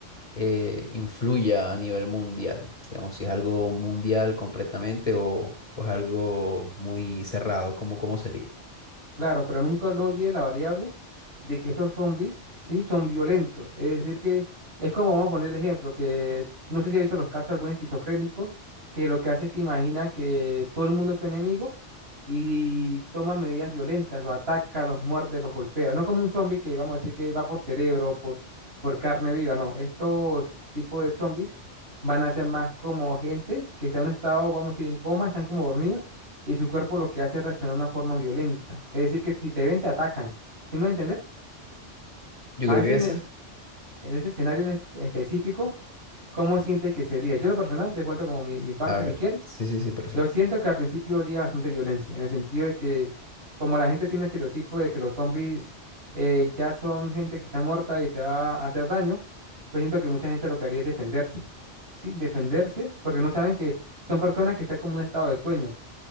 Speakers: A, on the left; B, on the right.
A: eh, influya a nivel mundial. Digamos, si es algo mundial completamente o, o es algo muy cerrado, ¿cómo, cómo sería?
B: Claro, pero nunca no olvide la variable de que estos zombies, sí, son violentos. Es decir, que es como vamos a poner el ejemplo, que no sé si ha visto los casos de algún esquizofrénico, que lo que hace es que imagina que todo el mundo es su enemigo y toma medidas violentas, los ataca, los muerde, los golpea. No como un zombie que vamos a decir que va por cerebro, por, por carne viva, no. Estos tipos de zombies van a ser más como gente que está en un estado, vamos a decir, en coma, están como dormidos y su cuerpo lo que hace es reaccionar de una forma violenta. Es decir, que si te ven, te atacan. ¿Sí me voy a entender?
A: Yo
B: A
A: creo
B: veces
A: que esa...
B: en, e- en ese escenario en espe- específico, ¿cómo sientes que sería? Yo, en lo personal, te cuento como mi, mi parte
A: A ver,
B: si quieres.
A: sí, sí, sí, perfecto.
B: Yo siento que al principio habría bastante violencia, en el sentido de que, como la gente tiene un estereotipo de que los zombies eh, ya son gente que está muerta y te va a hacer daño, pues siento que mucha gente lo que haría es defenderse. Sí, defenderse, porque no saben que son personas que están como en un estado de sueño.